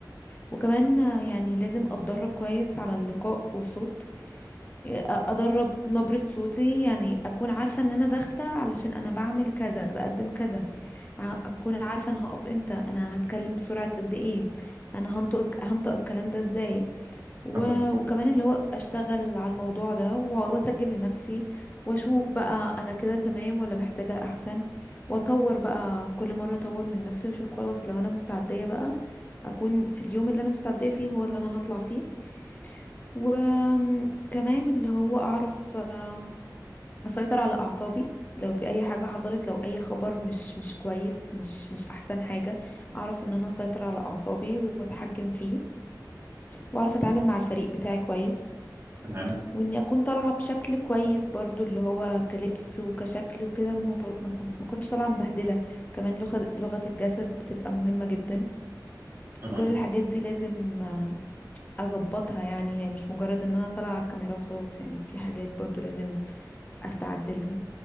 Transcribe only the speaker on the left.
وكمان آه، يعني لازم اتدرب كويس على اللقاء والصوت آه، ادرب نبرة صوتي يعني اكون عارفه ان انا داخله علشان انا بعمل كذا بقدم كذا ع- اكون عارفه انا هقف امتى انا هتكلم بسرعه قد ايه انا هنطق هنطق الكلام ده ازاي و...
وكمان اللي هو اشتغل على الموضوع ده وأ- واسجل لنفسي واشوف بقى انا كده تمام ولا محتاجة احسن واطور بقى كل مرة اطور من نفسي واشوف خلاص لو انا مستعدية بقى اكون في اليوم اللي انا مستعدية فيه هو اللي انا هطلع فيه وكمان اللي هو اعرف آم، اسيطر على اعصابي لو في اي حاجة حصلت لو اي خبر مش مش كويس مش مش احسن حاجة اعرف ان انا اسيطر على اعصابي واتحكم فيه واعرف اتعامل مع الفريق بتاعي كويس
واني اكون طالعه بشكل كويس برضو اللي هو كلبس وكشكل وكده ما طل... ما تكون- ما اكونش طالعه مبهدله كمان لغه لغه الجسد بتبقى مهمه جدا
فكل الحاجات دي لازم آه، اظبطها يعني هي مش مجرد ان انا طالعه على الكاميرا وخلاص يعني في حاجات برضو لازم استعد لها